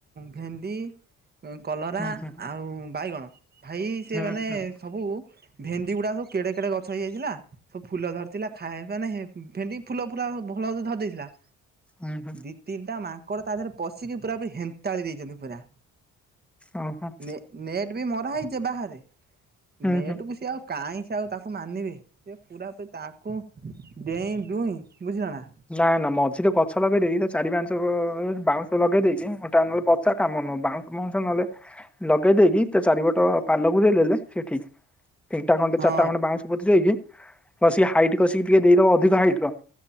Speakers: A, on the right; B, in the centre.
A: ଭେଣ୍ଡି କଲରା
B: ହୁଁ ହୁଁ
A: ଆଉ ବାଇଗଣ ଭାଇ ସେ
B: ହୁଁ
A: ମାନେ
B: ହୁଁ
A: ସବୁ ଭେଣ୍ଡି ଗୁଡ଼ା ସବୁ କେଡ଼େ କେଡ଼େ ଗଛ ହେଇଯାଇଥିଲା। ସବୁ ଫୁଲ ଧରିଥିଲା ଖାଏ ମାନେ ଭେଣ୍ଡି ଫୁଲ ପୁରା ଭଲସେ ଧରି ଦେଇଥିଲା
B: ହୁଁ ହୁଁ।
A: ଦି ତିନିଟା ମାଙ୍କଡ଼ ତା ଦେହରେ ପଶିକି ପୁରା ପୁରି ହେନ୍ତାଳି ଦେଇଛନ୍ତି ପୁରା।
B: ଓହୋଃ।
A: ନେ ନେଟ୍ ବି ମରା ହେଇଛି ବାହାରେ
B: ହୁଁ
A: ନେଟ୍
B: ହୁଁ।
A: କୁ ସିଏ ଆଉ କାହିଁ ସିଏ ଆଉ ତାକୁ ମାନିବେ। ସେ ପୁରାପରି ତାକୁ ଡେଇଁ ଡୁଇଁ ବୁଝିଲ ନା
B: ନା ନା ମଝିରେ ଗଛ ଲଗେଇଦେଇକି ତ ଚାରି ପାଞ୍ଚ ବାଉଁଶ ଲଗେଇ ଦେଇେଇକି ଗୋଟା ନହେଲେ କାମ ନୁହଁ ବାଉଁଶ ବାଉଁଶ ନହେଲେ ଲଗେଇ ଦେଇେଇକି ତା ଚାରିପଟ ପାଲ ବୁଲେଇ ଦେଲେ ସେ ଠିକ୍ କେଇଟା ଖଣ୍ଡେ
A: ହଁ
B: ଚାରଟା ଖଣ୍ଡେ ବାଉଁଶ ବୁଜି ଦେଇକି କସିକି ହାଇଟ୍ କସିକି ଟିକେ ଦେଇଦବ ଅଧିକ ହାଇଟ୍ ର